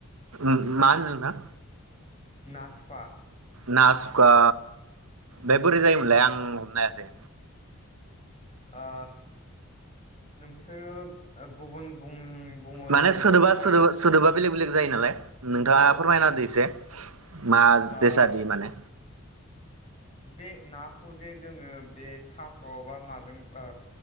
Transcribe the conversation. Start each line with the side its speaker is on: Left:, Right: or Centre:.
Right: उम मा होनदों‌ नोंथां
Left: ना सुखा
Right: ना सुखा बे बोरै जायोमोनलाय आं हमनो हायाखै
Left: ओ नोंसोरो गुबुन बुं बुङो
Right: माने
Left: जानांगौ
Right: सोदोबा
Left: ओ
Right: सोदोबा बेलेग बेलेग जायो नालाय नोंथाङा
Left: औ
Right: फोरमायना होदो एसे मा
Left: ओ
Right: बेसाद ए माने
Left: बे नाखौ जे जोङो बे थास' बा माजों ओ